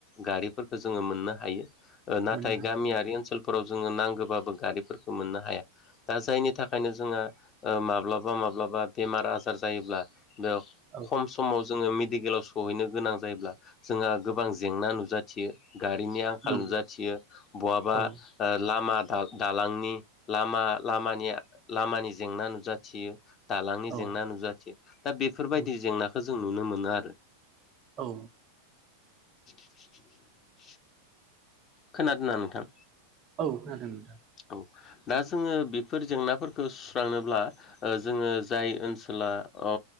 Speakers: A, on the left; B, on the right.
A: गारिफोरखो जोङो मोननो हायो ओ नाथाय
B: मोननो हायो
A: गामियारि ओनसोल फोराव जोङो नांगोबाबो गारिफोरखौ मोननो हाया दा जायनि थाखायनो जोंहा ओ माब्लाबा मा ब्लाबा बेमार आजार जायोब्ला बेयाव
B: औ
A: खम समाव जोङो मेडिकेलाव सहैनो गोनां जायोब्ला जोंहा गोबां जेंना नुजाथियो। गारिनि आंखाल
B: नंगौ
A: नुजाथियो बहाबा
B: औ
A: ओ लामा दा-दालांनि लामा लामानिया लामानि जेंना नुजाथियो दालांनि
B: औ
A: जेंना नुजाथियो दा बेफोरबायदि
B: औ
A: जेंनाखौ जों नुनो मोनो आरो
B: औ
A: <inaudible> खोनादोंना नोंथां?
B: औ खोनादों नोंथां।
A: औ दा जोङो बेफोर जेंनाफोरखौ सुस्रांनोब्ला ओ जोङो जाय ओनसोला औ